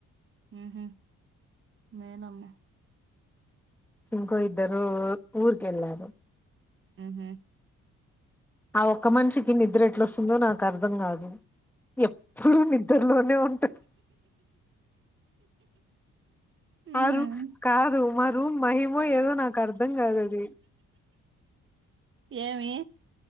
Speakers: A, on the right; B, in the centre.
A: ఉహు మేలమ్మ
B: ఇంకో ఇద్దరు ఊరు కెళ్లారు
A: ఉహు
B: ఆ ఒక్క మనిషికి నిద్ర ఎట్లొస్తుందో నాకు అర్ధం కాదు ఎప్పుడూ నిద్రలోనే ఉంటది
A: మ్మ్.
B: ఆ రూమ్ కాదు మా రూమ్ మహిమో ఏదో నాకు అర్ధం కాదు అది
A: ఏమి